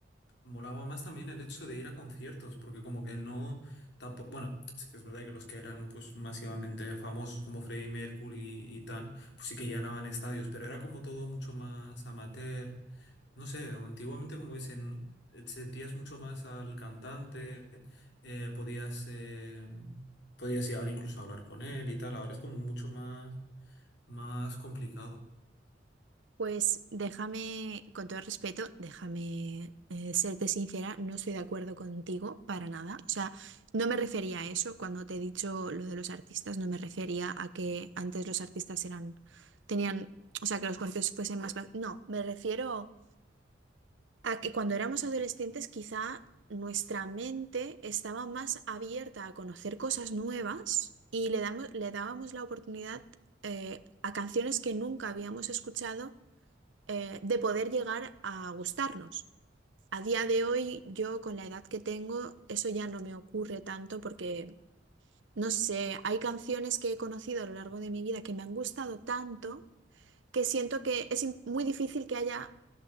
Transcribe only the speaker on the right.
Pues déjame, con todo respeto, déjame eh, serte sincera, no estoy de acuerdo contigo para nada. O sea, no me refería a eso cuando te he dicho lo de los artistas, no me refería a que antes los artistas eran, tenían, o sea, que los conciertos fuesen más... ba- No, me refiero a que cuando éramos adolescentes quizá nuestra mente estaba más abierta a conocer cosas nuevas y le damos, le dábamos la oportunidad eh, a canciones que nunca habíamos escuchado eh, de poder llegar a gustarnos. A día de hoy, yo con la edad que tengo, eso ya no me ocurre tanto porque, no sé, hay canciones que he conocido a lo largo de mi vida que me han gustado tanto que siento que es im- muy difícil que haya